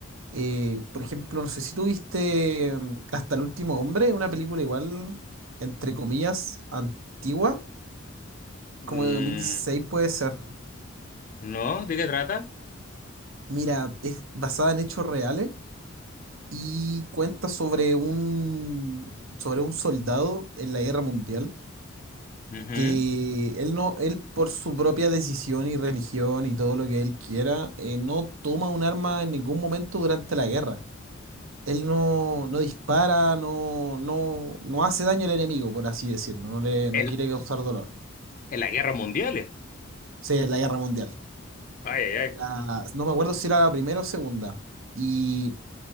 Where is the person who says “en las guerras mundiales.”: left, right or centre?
Left